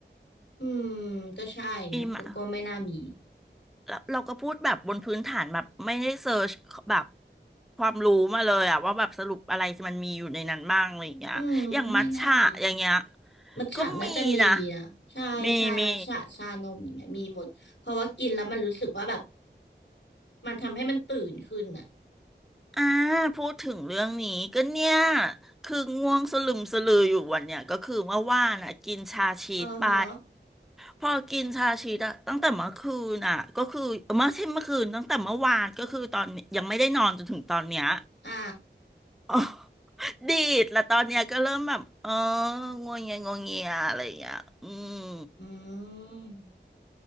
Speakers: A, on the left; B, in the centre.
A: อืมก็ใช่นะก็ก็ไม่น่ามี
B: อีมอะแล้วเราก็พูดแบบบนพื้นฐานแบบไม่ได้เซิร์ชแบบความรู้มาเลยอะว่าแบบสรุปอะไรมันมีอยู่ในนั้นบ้างอะไรอย่างเงี้ยอย่างมัทฉะอย่างเงี้ย
A: อืมไม่น่ามีมัทฉะน่าจะมีนะใช่ใช่มัทฉะชานมอย่างเงี้ยมีหมดเพราะว่ากินแล้วมันรู้สึกว่าแบบ
B: ก็มีนะมีมี
A: มันทำให้มันตื่นขึ้นอ่ะ
B: อ่าพูดถึงเรื่องนี้ก็เนี่ยคือง่วงสลึมสลืออยู่วันเนี่ยก็คือเมื่อว่านอ่ะกินชาชีสไป
A: เออฮะ
B: พอกินชาชีสอะตั้งแต่เมื่อคืนอ่ะก็คือเมื่อใช่เมื่อคืนตั้งแต่เมื่อวานก็คือตอนนี้ยังไม่ได้นอนจนถึงตอนเนี้ย
A: อ่า
B: <laughs> อ๋อดีดแล้วตอนเนี้ยก็เริ่มแบบเอองวงเงียงวงเงียอะไรอย่างเงี้ยอืม
A: อืม